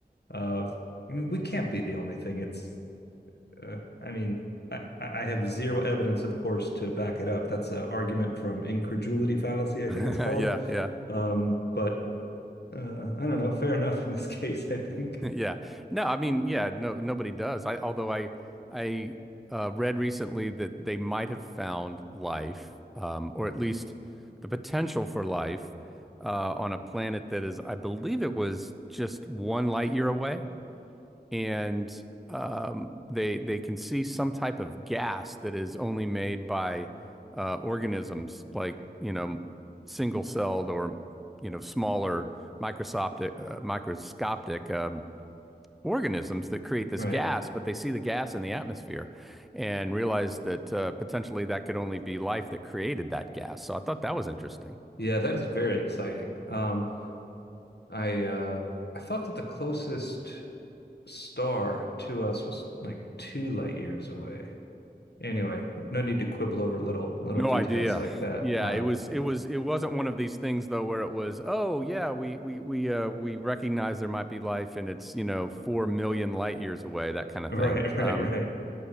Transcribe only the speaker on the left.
Uh, I mean, we can't be the only thing. It's uh, I mean, I, I have zero evidence, of course, to back it up. That's an argument from incredulity fallacy, I
think it's called.
Um, but uh, I don't know. Fair <laughs> enough in this case, I think.
Right.
Yeah, that is very exciting. Um, I uh, I thought that the closest star to us was like two light years away. Anyway, no need to quibble over little little
details
like that.
Uh,
<laughs>
right,
right,
right.